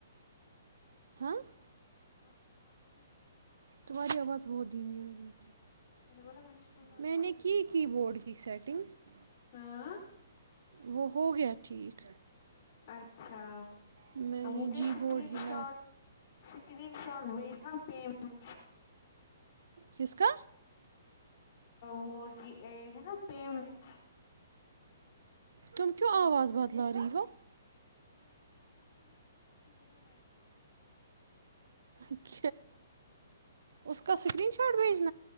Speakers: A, on the right; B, on the left.
A: ہاں
B: ہاں سنا میں نے
A: توہ وض بہت د میون یہ
B: میں نے بولا میں نے سنا
A: میں نے کی کی بورڈ کی سیٹ ج
B: ہاں
A: وہ ہو گیا ٹھیک
B: اچھا
A: میں نے
B: مجھے
A: جی
B: سکرین
A: بورڈ ہلا
B: شاٹ سکرین شاٹ بھیجنا پیمن کی
A: کس کا
B: وہ ج یہ ہے نا پیمنٹ
A: تم کیو آواز بدل رہی ہو ہو
B: پیمنٹس ہے نا پیمنٹ میں نے منہ میں مائک بھری
A: اچ اس کا اسکرین شاٹ بھیج